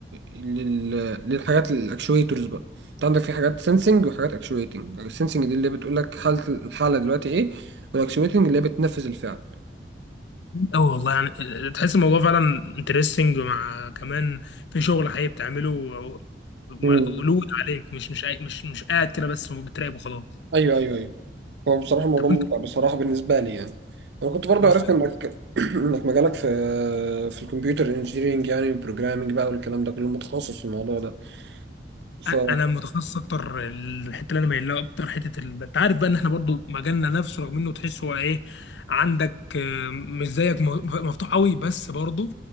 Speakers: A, on the right (about 75°); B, on the left (about 85°).
A: لل... للحاجات الاكشويتورز بقى انت عندك في حاجات سنسنج وحاجات اكشويتنج السنسنج دي اللي بتقول لك حاله الحاله دلوقتي ايه والاكشويتنج اللي هي بتنفذ الفعل
B: أوي والله يعني آه، تحس الموضوع فعلا انترستنج مع كمان في شغل حقيقي بتعمله و- و-
A: مم.
B: ولود عليك مش مش قاعد- مش مش قاعد كده بس بتراقب وخلاص
A: ايوه ايوه ايوه هو بصراحه الموضوع
B: طب
A: ممتع
B: انت
A: بصراحه بالنسبه لي يعني انا كنت برضو
B: وصلت
A: عرفت انك <clears throat> انك مجالك في في الكمبيوتر انجينيرنج يعني بروجرامنج بقى والكلام ده كله متخصص في الموضوع ده ف
B: أ- انا متخصص اكتر الحته اللي انا مايل لها اكتر حته ال... انت عارف بقى ان احنا برضو مجالنا نفسه رغم انه تحس هو ايه عندك آه، مش زيك م- مفتوح قوي بس برضو